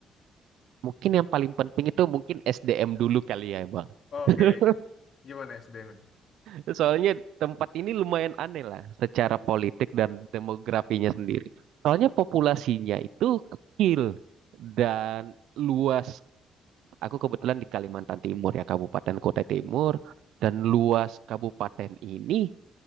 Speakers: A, on the right (about 80°); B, on the left (about 50°).
A: Mungkin yang paling penting itu mungkin SDM dulu kali ya, Bang.
B: Oh,
A: <laughs>
B: Oke, gimana SDM?
A: Soalnya tempat ini lumayan aneh lah secara politik dan demografinya sendiri. Soalnya populasinya itu kecil dan luas. Aku kebetulan di Kalimantan Timur ya, Kabupaten Kutai Timur. Dan luas kabupaten ini